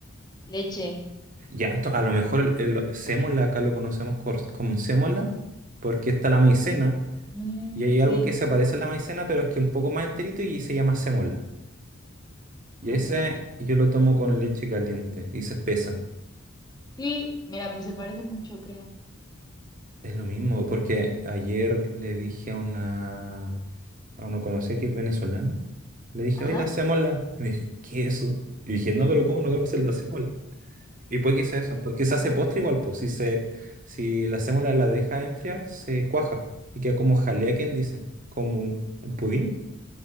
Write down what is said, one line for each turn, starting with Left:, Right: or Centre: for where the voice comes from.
Left: Leche,
Right: Ya, ento- a lo mejor el, el sémola acá lo conocemos cor- como sémola, porque está la maicena,
Left: mm,
Right: y hay
Left: sí,
Right: algo que se parece a la maicena, pero es que un poco más enterito y se llama sémola. Y
Left: ah,
Right: ese
Left: mira,
Right: yo lo tomo con leche caliente y se espesa.
Left: sí, mira, pues se parece mucho, creo.
Right: Es lo mismo, porque ayer le dije a una, a una conocida que es venezolana, le dije,
Left: Ajá,
Right: oye, la sémola. Y me dijo, ¿qué es eso? Y dije, no, pero ¿cómo no conoces la sémola? Y puede que sea eso, porque se hace postre igual, pues si se, si la hacemos la deja enfriar, se cuaja y queda como jalea, ¿quién dice? Como un, un pudín.